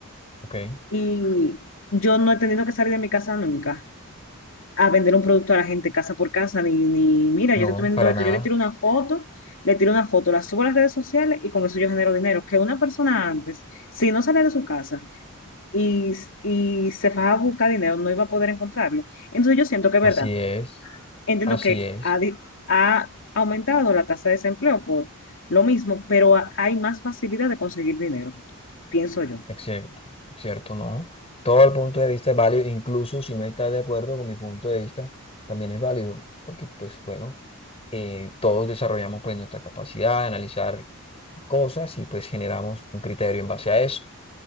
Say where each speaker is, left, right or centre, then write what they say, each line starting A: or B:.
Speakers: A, on the left; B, on the left.
A: ok.
B: Y yo no he tenido que salir de mi casa nunca a vender un producto a la gente casa por casa, ni, ni mira,
A: No,
B: yo te estoy vendiendo
A: para
B: esto,
A: nada.
B: yo le tiro una foto, le tiro una foto, la subo a las redes sociales y con eso yo genero dinero. Que una persona antes, si no salía de su casa y, y se fajaba a buscar dinero, no iba a poder encontrarlo. Entonces yo siento que es
A: Así
B: verdad,
A: es,
B: entiendo
A: así
B: que
A: es.
B: ha, di- ha aumentado la tasa de desempleo por lo mismo, pero ha- hay más facilidad de conseguir dinero, pienso yo.
A: Es cierto, es cierto, no. Todo el punto de vista es válido, incluso si no estás de acuerdo con mi punto de vista, también es válido, porque pues bueno, eh, todos desarrollamos pues nuestra capacidad de analizar las cosas y pues generamos un criterio en base a eso.